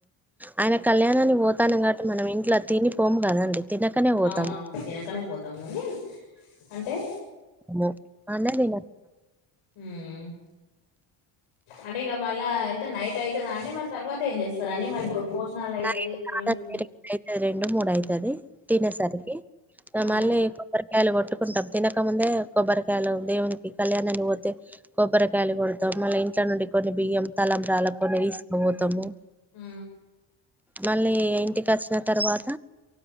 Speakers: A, in the centre; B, on the left (about 85°).
A: ఆయన కళ్యాణానికి పోతున్నాం కాబట్టి మనం ఇంట్లో తిని పోము కదండి తినకనే పోతాం.
B: అవునవును తినకనే పోతాం కాని అంటే
A: మో అన్న వి
B: హ అంటే ఇక మళ్ళా ఎంత నైట్ అవుతుందా అండి మళ్ళ తర్వాత ఏం చేస్తారు అండి మ ఇప్పుడు భోజనాలు అయితాయి
A: నైట్
B: ఇ టైమ్
A: కాదండి
B: కి
A: రెండయితది రెండు మూడు అవుతది తినేసరికి
B: ఆ
A: మళ్ళీ కొ కాయలు కొట్టుకుంటాం తినకముందే కొబ్బరికాయలు దేవునికి కళ్యాణాన్ని పోతే కొబ్బరికాయలు కొడతాం మళ్ళీ ఇంట్ల నుండి కొన్ని బియ్యం తలంరాల కొన్ని తీసుకపోతాము
B: ఆ
A: మళ్ళీ ఇంటికి వచ్చిన తర్వాత